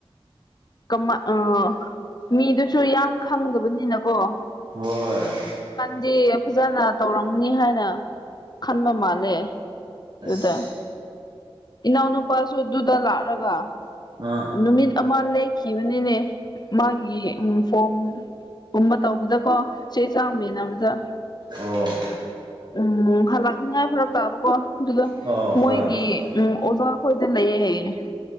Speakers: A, on the left; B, on the right.
A: ꯀꯃꯥ ꯑꯥ ꯃꯤꯗꯨꯖꯨ ꯌꯥꯝ ꯈꯪꯗꯕꯅꯤꯅꯀꯣ
B: ꯍꯣꯑꯣꯢ
A: ꯗꯤ ꯐꯖꯅ ꯇꯧꯔꯝꯅꯤ ꯍꯥꯏꯅꯥ ꯈꯟꯕ ꯃꯥꯜꯂꯦ
B: ꯑꯁ
A: ꯗꯨꯗ ꯏꯅꯥꯎꯅꯨꯄꯥꯁꯨ ꯑꯗꯨꯗ ꯂꯥꯛꯂꯒ
B: ꯑꯥ
A: ꯅꯨꯃꯤꯠ ꯑꯃ ꯂꯦꯛꯈꯤꯕꯅꯤꯅꯦ ꯃꯥꯒꯤ ꯎꯪ ꯐꯣꯝ ꯀꯨꯝꯕ ꯇꯧꯕꯗꯀꯣ ꯆꯦ- ꯆꯥꯡ ꯃꯦꯟꯅꯕꯗ
B: ꯑꯣꯑꯣ
A: ꯎꯪꯎꯪꯝ ꯍꯜꯂꯛꯅꯤꯉꯥꯏ ꯐꯔꯛꯇꯥꯕꯀꯣ ꯑꯗꯨꯒ
B: ꯑꯣ ꯍꯣꯏ
A: ꯃꯣꯏꯒꯤ
B: ꯍꯣꯏ
A: ꯎꯝ ꯑꯣꯖꯥ ꯈꯣꯏꯗ ꯂꯩꯌꯦ INAUDIBLE